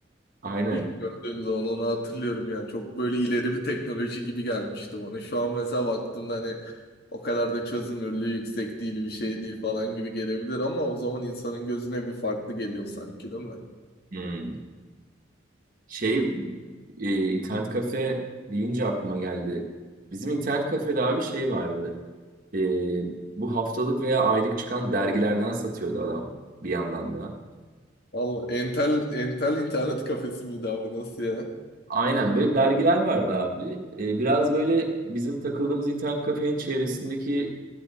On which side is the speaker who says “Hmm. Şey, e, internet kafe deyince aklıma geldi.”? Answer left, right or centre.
Right